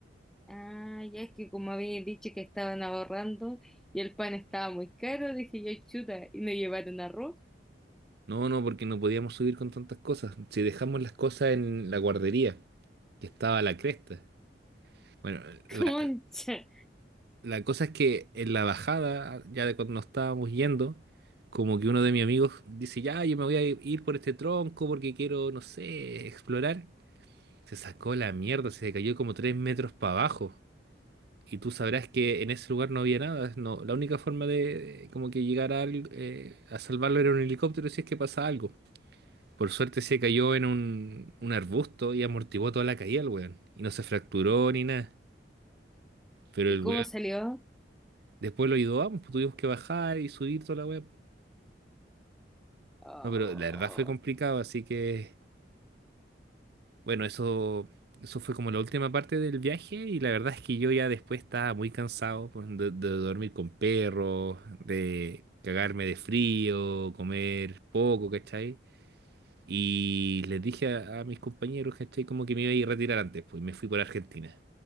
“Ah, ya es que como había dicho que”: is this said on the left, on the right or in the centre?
Centre